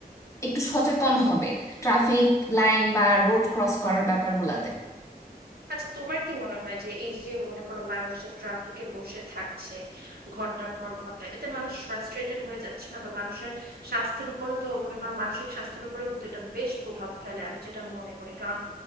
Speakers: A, on the left; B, on the right.
A: একটু সচেতন হবে ট্রাফিক লাইন বা রোড ক্রস করার ব্যাপারগুলোতে
B: আচ্ছা তোমার কি মনে হয় যে এই যে মনে করো মানুষ যে ট্রাফিকে বসে থাকছে ঘন্টার পর ঘন্টা এতে মানুষ ফ্রাস্ট্রেটেড হয়ে যাচ্ছে না বা মানুষের স্বাস্থ্যের উপরও তো মনে করো মানসিক স্বাস্থ্যের উপরও কিন্তু এটা বেশ প্রভাব ফেলে আমি যেটা মনে করি কারণ